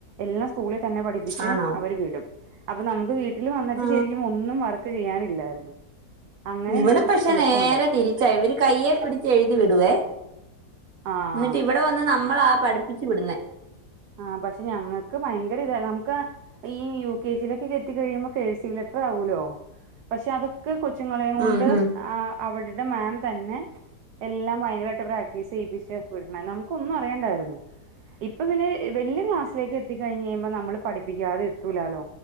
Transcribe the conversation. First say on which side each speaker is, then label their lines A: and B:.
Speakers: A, on the right; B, on the right.
A: എല്ലാം സ്കൂളിൽ തന്നെ പഠിപ്പിച്ച്
B: ആണോ
A: അവര് വിടും അപ്പൊ നമുക്ക് വീട്ടിൽ വന്നിട്ട്
B: ആ
A: ശെരിക്കും ഒന്നും വർക്ക് ചെയ്യാനില്ലായിരുന്നു അങ്ങനെ
B: ഇവിട
A: ഒരു
B: പക്ഷെ
A: എളുപ്പം
B: നേരെ
A: ഉണ്ടായിരുന്നു
B: തിരി ച്ചാ ഇവര് കയ്യെ പിടിച്ച് എഴുതി വിടുവേ
A: ആഹ്
B: എന്നിട്ട് ഇവിടെ വന്ന് നമ്മളാ പഠി പ്പിച്ചു വിടുന്നേ
A: ആഹ് പക്ഷെ ഞങ്ങക്ക് ഭയങ്കര ഇതാ നംക്ക് ഈ യു കെ ജീലൊക്കെക്കെത്തി കഴിയുമ്പോ കെഴ്സീവ് ലെറ്റർ ആവൂല്ലോ പക്ഷെ അതൊക്കെ കൊച്ചുങ്ങളെയും കൊണ്ട്
B: ഉം ഉം
A: ആ അവരിട മാം തന്നെ എല്ലാം ഭയങ്കരായിട്ട് പ്രാക്ടീസ് ചെയ്യിപ്പിച്ച് വിടണേ നമുക്കൊന്നും അറിയണ്ടായിരുന്നു ഇപ്പൊ പിന്നെ വല്യ ക്ലാസ്സിലേക്ക് എ എത്തിക്കഴിഞ് കഴിയുമ്പോ നമ്മള് പഠിപ്പിക്കാതെ എത്തൂലാലോ